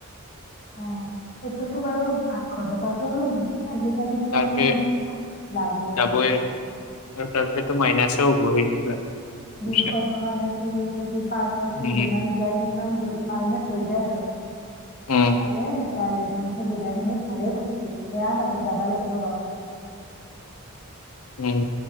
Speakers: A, on the left (about 40°); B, on the left (about 85°).
A: অ সেইটোতো বাৰু আঠশ টকাতটো। আজিকালিতো
B: তাৰপে
A: আৰু লাগে।
B: যাবই আৰু আৰু তাৰপিছতো মাইনাচও হ'ব সেই কিবা। পইচা
A: দুইশ টকা নেকি পাৰ পাৰ্চন
B: উম
A: যিমান যায় সিমান মাইনাচ। থৈ যায় আৰু।
B: উম
A: ভালে দেখি তালে দেখোন সুবিধা খিনি ভালেই গুছিল বেয়া দে গৌৰৱ নহয় যাবা লাগিব।
B: উম